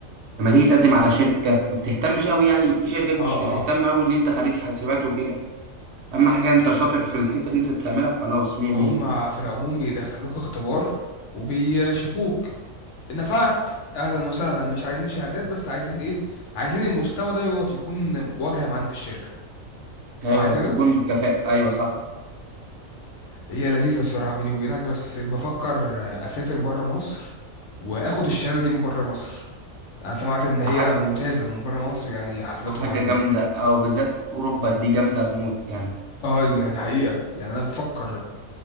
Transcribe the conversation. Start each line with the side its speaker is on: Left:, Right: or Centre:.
Right: لما تيجي تقدم على شركه ما بتهتمش قوي يعني في شركات
Left: اه
Right: مش بتهتم
Left: اه
Right: قوي ان انت خريج حاسبات وكده اما حاجه انت شاطر في الحته اللي انت بتعملها خلاص 100 100
Left: هم في العموم بيدخلوك اختبار وبيشوفوك نفعت اهلا وسهلا مش عايزين شهادات بس عايزين ايه عايزين المستوى ده يقعد يكون واجهه معانا في الشركه صح
Right: ايوه
Left: كده
Right: تكون كفاءه ايوه صح
Left: هي لذيذة بصراحة بيني وبينك بس بفكر أسافر بره مصر وآخد الشهادة دي من بره مصر أنا سمعت إن
Right: ح-
Left: هي ممتازة من بره مصر يعني حاسبات
Right: حاجه
Left: ومعلومات
Right: جامده او بالذات اوروبا دي جامده موت يعني
Left: اه دي دي حقيقة يعني أنا بفكر